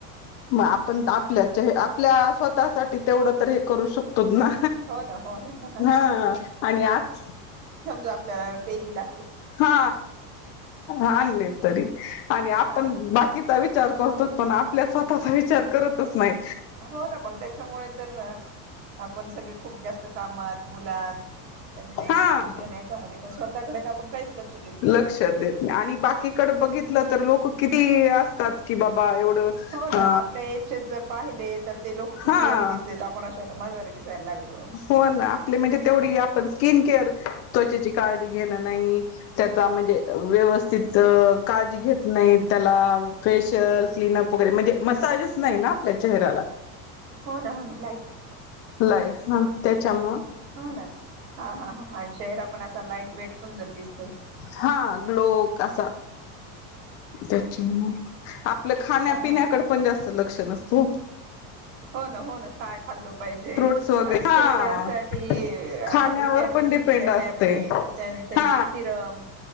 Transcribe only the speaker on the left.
आपण आपल्याचेह आपल्या स्वतःसाठी तेवढं त हे करू शकतो ना
हा आणि आज
हा आणले तरी आणि आपण
बाकीचा विचार करू पण आपल्या स्वतःचा विचार करतच नाही.
हा
लक्षात देत नाही आणि बाकीकडे बघितलं तर लोक किती असतात की बाबा एवढं
ह
हा हा
हो ना आपली म्हणजे तेवढी आपण स्किन केअर त्वचेची काळजी घेणं नाही त्याचा म्हणजे व्यवस्थित काळजी घेत नाहीत त्याला फेशियलस स्किन अप वगैरे म्हणजे मसाजच नाही ना आपल्या चेहऱ्याला
लाय हा त्याच्यामुळ
हा ग्लो कसा त्याची, आपलं खाण्यापिण्याकडं
पण जास्त लक्ष नसतं ओ.
फ्रूट्स वगैरे
हा
खाण्यावर
पण डिपेंड
असते
हा